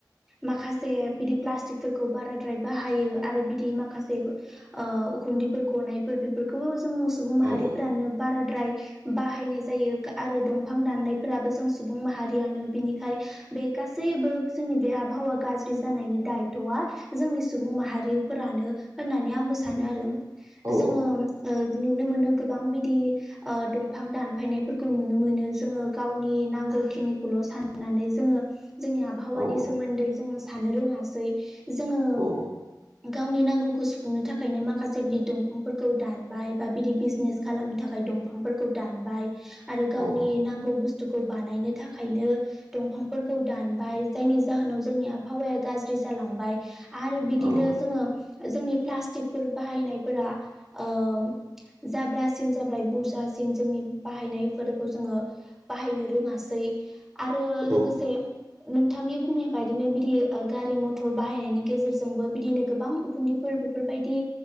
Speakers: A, in the centre; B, on the right.
A: माखासे बिदि प्लास्टिकफोरखौ बाराद्राय बाहायो आरो बिदि माखासे ओ उखुन्दिफोर गनायफोर बेफोरखौबो जों सुबुं माहारिफोरानो
B: औ
A: बाराद्राय बाहायनाय जायो आरो दंफां दाननायफोराबो जों सुबुं माहारि बिनिखाय बे गासैबो जोंनि बे आबहावा गाज्रि जानायनि दायथ'आ जों आंनि सुबुं माहारिफोरानो होननानै आंबो सानो आरो
B: औ
A: जोङो नुनो मोनो गोबां बिदि ओ दंफां दानफायनायफोरखौ नुनो मोनो जोङो गावनि नांगौखिनिखौ खौल' साननानै जोङो जोंनि आबहावानि
B: औ
A: सोमोन्दै जों साननो रोङासै जोङो
B: औ
A: गावनि नांगौखौ सुफुंनो थाखायनो माखासे बिदि दंफांफोरखौ दानबाय बा बिदि बिजनेस खालामनो थाखाय दं दंफां फोरखौ दानबाय आरो गावनि
B: औ
A: नांगौ बुस्तुखौ बानायनो थाखाय थाखायनो दंफांफोरखौ दानबाय जायनि जाहोनाव जोंनि आबहावाया गाज्रि जालांबाय आरो बिदिनो
B: औ उम
A: जोङो जोंनि प्लास्टिकफोर बाहायनायफोरा ओ जाब्रासिन जाब्लाय बुरजासिन जोंनि बाहायनायफोरखौ जोङो बाहायनो रोङासै आरो
B: औ
A: लोगोसे नोंथांनि बुंनाय बायदिनो गारि मथर बाहायनायनि गेजेरजोंबो बिदिनो गोबां उखुन्दैफोर बेफोरबायदि